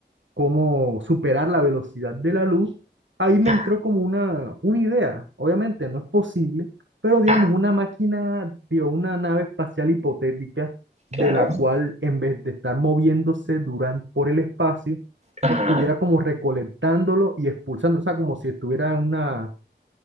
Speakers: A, on the right; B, on the right.
A: cómo superar la velocidad de la luz, ahí me
B: Ah,
A: entró como una, una idea. Obviamente no es posible, pero digamos,
B: ah,
A: una máquina, digo, una nave espacial hipotética de
B: claro.
A: la cual en vez de estar moviéndose durante, por el espacio,
B: Ajá,
A: estuviera como recolectándolo y expulsando, o sea, como si estuviera en una